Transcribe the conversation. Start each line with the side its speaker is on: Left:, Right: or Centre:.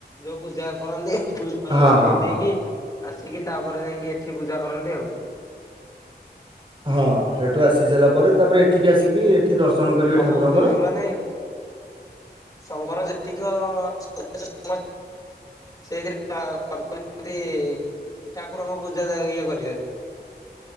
Left: ଯୋଉ ପୂଜା କରନ୍ତି। ପୁଷ୍ପାଞ୍ଜଳି
Right: ହଁ ହଁ
Left: ଦେଇ ଦେଇେଇକି
Right: ହଁ।
Left: ଆସିକି ତାପରେ ଯାଇକି ଏଠି ପୂଜା କରନ୍ତି ଆଉ।
Right: ହଁ ସେଠୁ ଆସି ସାରିଲା ପରେ ତାପରେ ଏଠିକି ଆସିକି ଏଠି ଦର୍ଶନ କରିବେ
Left: ସବୁ
Right: ଠାକୁରଙ୍କର।
Left: ମାନେ ସଂଘର ଯେତିକ <unintelligible> ସେଇଥିରେ ବା <unintelligible> ଠାକୁରଙ୍କ ପୂଜା ଇଏ କରିବନି।